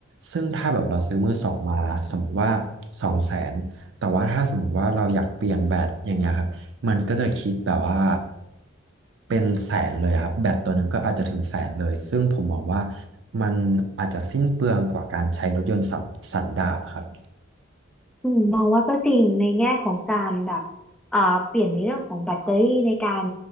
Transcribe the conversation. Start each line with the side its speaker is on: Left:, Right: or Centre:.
Right: ซึ่งถ้าแบบเราซื้อมือสองมาสมมติว่าสองแสนแต่ว่าถ้าสมมติว่าเราอยากเปลี่ยนแบตอย่างเงี้ยครับ มันก็จะคิดแบบว่าเป็นแสนเลยครับแบตตัวหนึ่งก็อาจจะถึงแสนเลยซึ่งผมมองว่ามันอาจจะสิ้นเปลืองกว่าการใช้รถยนต์สันสันดาปครับ
Centre: อืมมองว่าก็จริงในแง่ของการแบบเอ่อเปลี่ยนในเรื่องของแบตเตอรี่ในการ